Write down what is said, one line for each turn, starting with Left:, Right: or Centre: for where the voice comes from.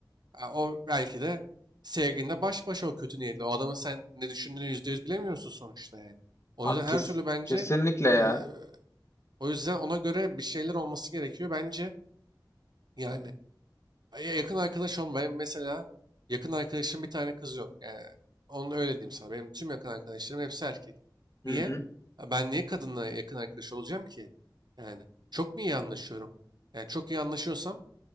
Right: Ee, o belki de sevgilinle baş başa o kötü niyetli. O adamın sen ne düşündüğünü yüzde yüz bilemiyorsun sonuçta yani. O
Left: Abi
Right: yüzden her
Left: kes.
Right: türlü bence
Left: Kesinlikle ya.
Right: e, o yüzden ona göre bir şeyler olması gerekiyor bence. Yani Ay, ya Yakın arkadaş olma. Benim mesela yakın arkadaşım bir tane kız yok. Yani onu öyle diyeyim sana. Benim tüm yakın arkadaşlarım hepsi erkek.
Left: Hı
Right: Niye?
Left: hı.
Right: Ha, Ben niye kadınla yakın arkadaş olacağım ki? Yani çok mu iyi anlaşıyorum? Yani çok iyi anlaşıyorsam